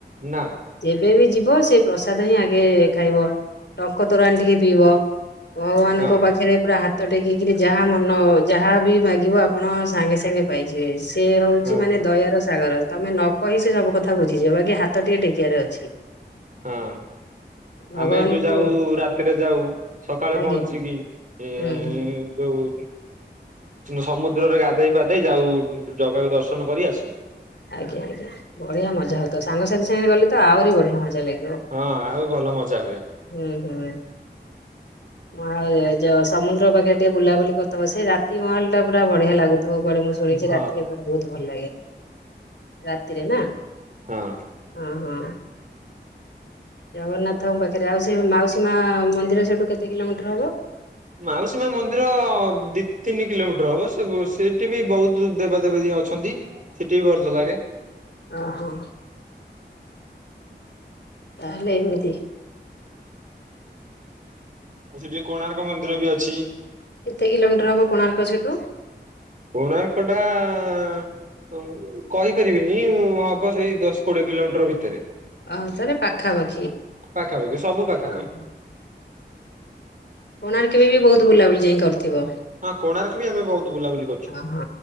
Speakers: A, on the right; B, on the left.
A: ନା।
B: ଯେବେବ ଯିବ ସେଇ ପ୍ରସାଦ ହିଁ ଆଗେ ଖାଇବ ଟଙ୍କ ତୋରାଣି ଟିକେ ପିଇବ। ଭଗବାନଙ୍କ
A: ହଁ
B: ପାଖରେ ପାଖରେ ପୁରା ହାତ ଟେକିକିରି ଯାହା ମନ ଯାହା ବି ମାଗିବ ଆପଣ ସାଙ୍ଗେ ସାଙ୍ଗେ ପାଇଯିବେ। ସେ ହଉଚି
A: ହଁ
B: ମାନେ ଦୟାର ସାଗର ତମେ ନ କହି ସିଏ ସବୁ କଥା ବୁଝିଯିବ ବାକି ହାତ ଟିକେ ଟେକିଆରେ ଅଛି।
A: ହଁ
B: ଭଗବାନଙ୍କୁ
A: ଆମେ ଏଇଠୁ ଯାଉ ରାତିରେ ଯାଉ। ସକାଳେ
B: ଆଜ୍ଞା
A: ପହଞ୍ଚିକି ଏ
B: ହୁଁ ହୁଁ
A: ଯୋଉ ସମୁଦ୍ରରେ ଗାଧେଇ ପାଧେଇ ଯାଉ ଜଗାକୁ ଦର୍ଶନ କରି ଆସୁ।
B: ଆଜ୍ଞା ଆଜ୍ଞା ବଢିଆ ମଜା ହଉ ତ ସାଙ୍ଗସାଥି ସାଙ୍ଗରେ ଗଲେ ତ ଆହୁରି ବଢିଆ ମଜା ଲାଗିବ।
A: ହଁ ଆଉ ଭଲ ମଜା ହୁଏ।
B: ହୁଁ ହୁଁ। ମ ସମୁଦ୍ର ପାଖରେ ଟିକେ ବୁଲାବୁଲି କରଥାବ ସେଇ ରାତି ମହଲ ଟା ପୁରା ବଢିଆ ଲାଗୁ ଥିବ କୁଆଡେ ମୁଁ ଶୁଣିଚି
A: ହଁ
B: ରାତିରେ କୁଆଡେ ବହୁତ ଭଲ ଲାଗେ ରାତିରେ ନା।
A: ହଁ
B: ଅଁ ହଁ। ଜଗନ୍ନାଥ ଙ୍କ ପାଖରେ। ଅଉ ସେଇ ମାଉସୀ ମା ମନ୍ଦିର ସେଇଠୁ କେତେ କିଲୋମିଟର ହବ?
A: ମାଉସୀ ମା ମନ୍ଦିର ଦି ତିନି କିଲୋମିଟର ହବ ସେ ସେଠି ବି ବହୁତ ଦେବାଦେବି ଅଛନ୍ତି। ସେଠି ବି ଭଲଲାଗେ।
B: ଓହୋ। ତାହାଲେ ଏମିତି।
A: ଆଉ ସେଠି କୋଣାର୍କ ମନ୍ଦିର ବି ଅଛି।
B: କେତେ କିଲୋମିଟର ହବ କୋଣାର୍କ ସେଠୁ?
A: କୋଣାର୍କ ଟା ଆଁ ହ କହିପାରିବିନି ହବ ସେଇ ଦଶ କୋଡିଏ କିଲୋମିଟର ଭିତରେ।
B: ଓହୋ ତାହେଲେ ପାଖାପାଖି
A: ପାଖାପାଖି ସବୁ ପାଖାପାଖି।
B: ଓହୋ କୋଣରେ କେବେ ବି ବହୁତ ବୁଲାବୁଲି ଯାଇଁ କରିଥିବ।
A: ହଁ କୋଣାର୍କ ବି ଆମେ ବହୁତ ବୁଲାୁବୁଲି
B: ଓହୋ